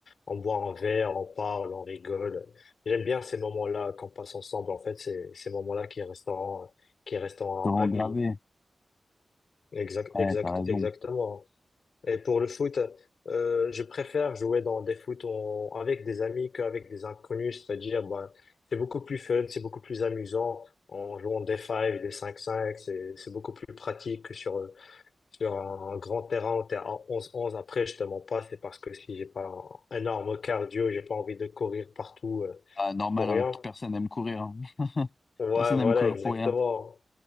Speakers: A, on the left; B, on the left.
A: On boit un verre, on parle, on rigole. J'aime bien ces moments-là qu'on passe ensemble. En fait, c'est ces moments-là qui resteront, qui resteront
B: Te rends
A: à vie.
B: gravé.
A: Exact,
B: Ouais,
A: exact,
B: t'as raison.
A: exactement. Et pour le foot, euh, je préfère jouer dans des foot en- avec des amis qu'avec des inconnus. C'est-à-dire, ben, c'est beaucoup plus fun, c'est beaucoup plus amusant en jouant des 5, des 5-5. C'est, c'est beaucoup plus pratique que sur sur un, un grand terrain en terre- en 11-11. Après, je te mens pas, c'est parce que si j'ai pas un énorme cardio, j'ai pas envie de courir partout euh,
B: Ah, normal,
A: pour
B: hein,
A: rien.
B: personne n'aime courir. hein. <laughs>
A: Ouais,
B: Personne n'aime
A: voilà,
B: courir
A: exactement.
B: pour rien.